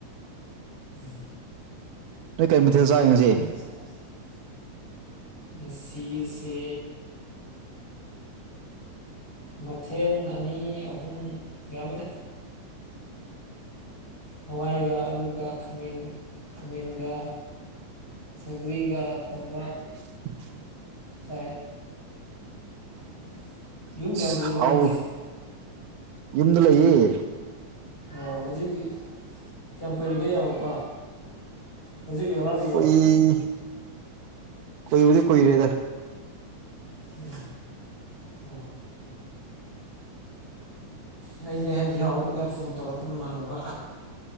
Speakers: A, on the left; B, on the right.
A: ꯎꯝ꯫
B: ꯅꯣꯏ ꯀꯔꯤ ꯃꯊꯦꯜ ꯆꯥꯏꯔꯦ ꯉꯁꯤ꯫
A: <unintelligible> ꯉꯁꯤꯁꯤꯁꯦ ꯃꯊꯦꯟ ꯑꯅꯤ ꯑꯍꯨꯝ ꯌꯥꯝꯃꯤꯗ꯫ ꯍꯋꯥꯏꯒ ꯑꯂꯨꯒ ꯊꯣꯡ ꯊꯣꯡꯕ ꯁꯧꯒ꯭ꯔꯤꯒ ꯊꯣꯡꯕ
B: <unintelligible>
A: ꯆꯥꯏ <unintelligible>
B: <unintelligible>
A: ꯌꯧꯗ꯭ꯔꯤꯕꯣ
B: ꯍꯥꯎ
A: ꯅꯪꯗꯤ
B: ꯌꯨꯝꯗ ꯂꯩꯕꯔꯣ꯫
A: ꯑꯣ ꯍꯧꯖꯤꯛꯀꯤ ꯀꯌꯥꯝ ꯀꯨꯏꯔꯒꯦ ꯌꯧꯔꯛꯄ꯫ ꯍꯧꯖꯤꯛ ꯌꯧꯔꯛꯂꯤꯔꯣ
B: ꯑꯩ ꯀꯨꯢꯗꯤ ꯀꯨꯏꯔꯦꯗ꯫
A: ꯎꯝ꯫ ꯑꯣ꯫ ꯅꯒꯤ ꯍꯦꯛ ꯌꯥꯎꯔꯛꯄꯒ ꯐꯣꯟ ꯇꯧꯔꯛꯄ ꯃꯃꯅꯕ